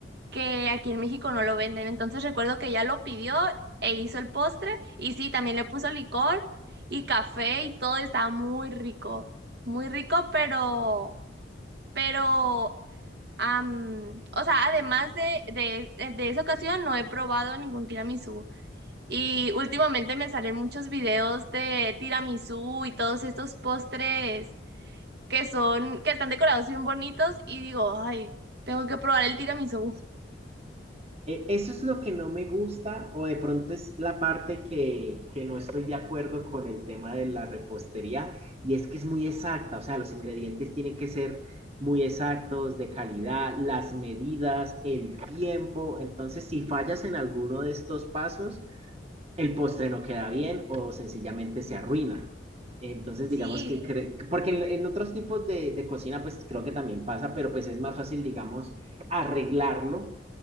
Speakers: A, on the right; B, on the right.
A: que aquí en México no lo venden. Entonces recuerdo que ella lo pidió e hizo el postre y sí, también le puso licor y café y todo estaba muy rico, muy rico, pero, pero, am, o sea, además de, de, de esa ocasión no he probado ningún tiramisú. Y últimamente me salen muchos videos de tiramisú y todos estos postres que son, que están decorados bien bonitos y digo, ay, tengo que probar el tiramisú.
B: Eh, eso es lo que no me gusta, o de pronto es la parte que, que no estoy de acuerdo con el tema de la repostería, y es que es muy exacta, o sea, los ingredientes tienen que ser muy exactos, de calidad, las medidas, el tiempo. Entonces, si fallas en alguno de estos pasos, el postre no queda bien o sencillamente se arruina. Entonces,
A: Sí,
B: digamos que, cre- porque en, en otros tipos de, de cocina, pues creo que también pasa, pero pues es más fácil, digamos, arreglarlo